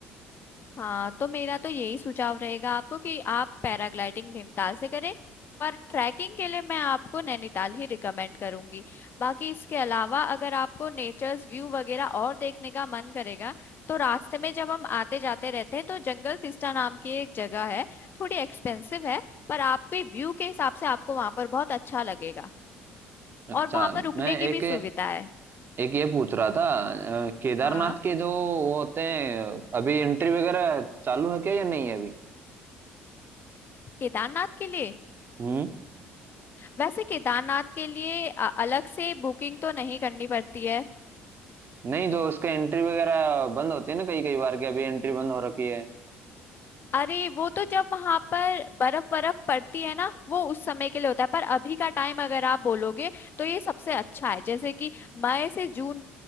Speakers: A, on the left (about 35°); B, on the right (about 35°).
A: हाँ तो मेरा तो यही सुझाव रहेगा आपको कि आप पैराग्लाइडिंग भीमताल से करें पर ट्रैकिंग के लिए मैं आपको नैनीताल ही रिकमेंड करूंगी बाकी इसके अलावा अगर आपको नेचर्स व्यू वगैरह और देखने का मन करेगा तो रास्ते में जब हम आते जाते रहते हैं तो जंगल पिस्टा नाम की एक जगह है थोड़ी एक्सपेंसिव है पर आपके व्यू के हिसाब से आपको वहां पर बहुत अच्छा लगेगा
B: अच्छा
A: और वहां पर रुकने
B: मैं
A: की
B: एक
A: भी सुविधा है
B: एक ये पूछ रहा था अ, केदारनाथ
A: हाँ
B: के जो वो होते हैं अभी एंट्री वगैरह चालू है क्या या नहीं है
A: केदारनाथ के लिए
B: अभी
A: वैसे केदारनाथ के लिए अ- अलग से बुकिंग तो नहीं करनी पड़ती है
B: नहीं जो उसके एंट्री वगैरह बंद होती है ना कई कई बार के अभी एंट्री बंद हो रखी है
A: अरे वो तो जब वहां पर बर्फ बर्फ पड़ती है ना वो उस समय के लिए होता है पर अभी का टाइम अगर आप बोलोगे तो ये सबसे अच्छा है जैसे कि मई से जून